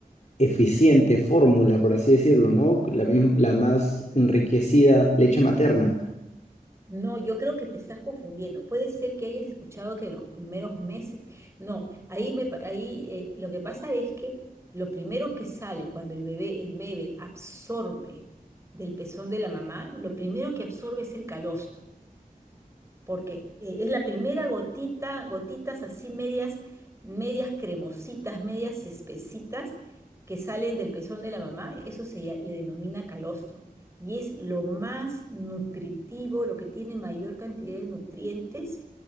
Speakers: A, on the left; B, on the right.
A: eficiente fórmula, por así decirlo, ¿no? La, mim- la más enriquecida leche materna.
B: No, yo creo que te estás confundiendo. Puede ser que hayas escuchado que los primeros meses. No, ahí, me, pa- ahí eh, lo que pasa es que lo primero que sale cuando el bebé, el bebé absorbe del pezón de la mamá, lo primero que absorbe es el calostro porque eh, es la primera gotita, gotitas así medias, medias cremositas, medias espesitas que salen del pezón de la mamá, eso se ya- le denomina calostro. Y es lo más nutritivo, lo que tiene mayor cantidad de nutrientes